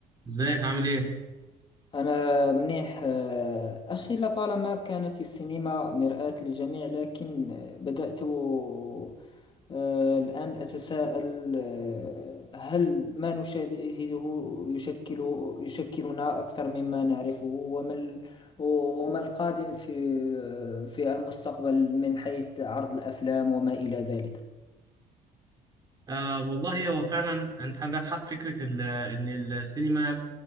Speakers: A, on the right (about 25°); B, on the left (about 35°).
A: ازيك عامل ايه؟
B: أنا منيح آه، أخي لطالما كانت السينما مرآة للجميع لكن آه، بدأت آه، الآن أتساءل آه، هل ما نشاهده يشكل يشكلنا أكثر مما نعرفه وما ال- وما القادم في آه، في المستقبل من حيث عرض الأفلام وما إلى ذلك
A: آه والله هو فعلا انت عندك حق فكره ال- ان السينما